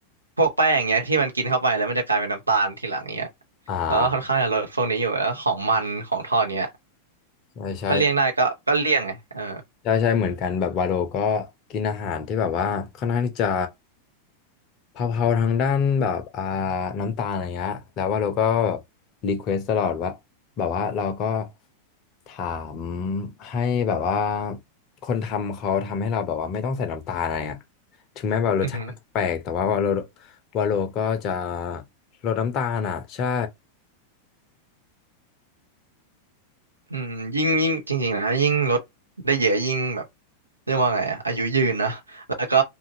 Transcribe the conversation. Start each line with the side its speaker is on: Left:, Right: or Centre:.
Right: พวกแป้งเงี้ยที่มันกินเข้าไปแล้วมันจะกลายเป็นน้ำตาลทีหลังเงี้ย
Left: อ่า
Right: เราก็ค่อนข้างจะลดพวกนี้อยู่แล้วก็ของมันของทอดเนี้ย
Left: ใช่ใช่
Right: ถ้าเลี่ยงได้ก็ก็เลี่ยงไงเออ
Left: ใช่ใช่เหมือนกันแบบวาโลก็กินอาหารที่แบบว่าค่อนข้างที่จะเผาๆทางด้านแบบอ่าน้ำตาลอะไรเงี้ยแล้ววาโลก็รีเควสตลอดว่าแบบว่าเราก็ถามให้แบบว่าคนทำเขาทำให้เราแบบว่าไม่ต้องใส่น้ำตาลอะไรอ่ะถึงแม้แบบรสชาติมันจะแปลกแต่ว่าวาโล
Right: อือหือ
Left: วาโลก็จะลดน้ำตาลอ่ะใช่
Right: อืมยิ่งยิ่งจริงๆนะยิ่งลดได้เยอะยิ่งแบบเรียกว่าไงอะอายุยืนนะแล้วก็